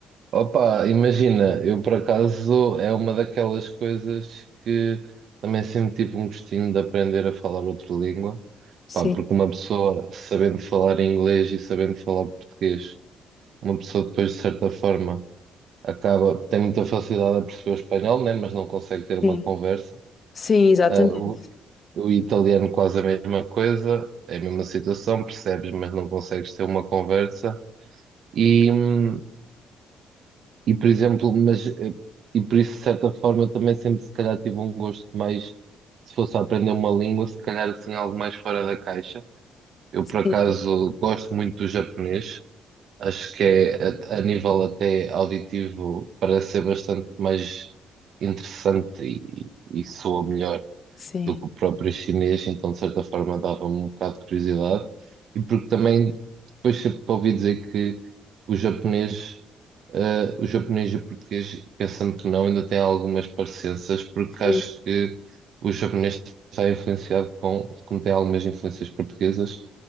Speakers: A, on the right; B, on the left.
A: Opa, imagina, eu por acaso é uma daquelas coisas que também sempre tive um gostinho de aprender a falar outra língua,
B: Sim.
A: pá, porque uma pessoa sabendo falar inglês e sabendo falar português, uma pessoa depois de certa forma acaba, tem muita facilidade a perceber o espanhol, né, mas não consegue ter uma
B: Sim,
A: conversa.
B: Sim, exatamente.
A: Ah, O italiano quase a mesma coisa, é a mesma situação, percebes, mas não consegues ter uma conversa. E, hum, e por exemplo, mas, eh, e por isso, de certa forma, também sempre se calhar tive um gosto mais, se fosse a aprender uma língua, se calhar assim algo mais fora da caixa. Eu,
B: Sim,
A: por acaso, gosto muito do japonês, acho que é, a, a nível até auditivo, parece ser bastante mais interessante e, e soa melhor
B: sim.
A: do que o próprio chinês, então de certa forma dava-me um bocado de curiosidade, e porque também depois sempre ouvi dizer que o japonês, eh, o japonês e o português, pensando que não, ainda têm algumas parecenças, porque
B: Sim.
A: acho que o japonês está influenciado com, como tem algumas influências portuguesas,